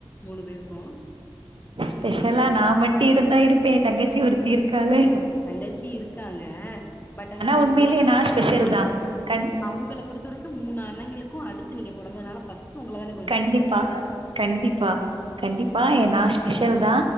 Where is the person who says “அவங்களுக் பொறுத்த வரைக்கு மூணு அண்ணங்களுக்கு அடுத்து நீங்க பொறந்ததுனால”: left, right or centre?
Left